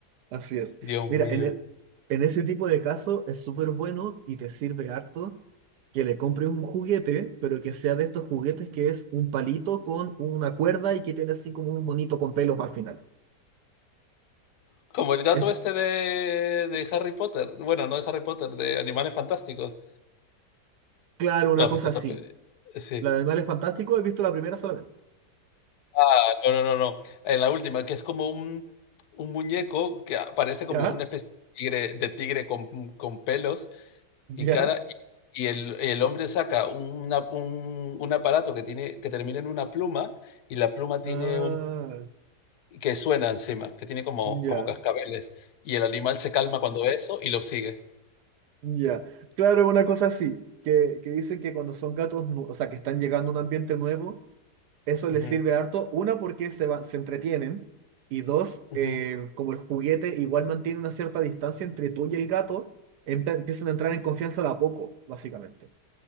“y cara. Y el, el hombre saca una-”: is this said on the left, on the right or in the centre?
Left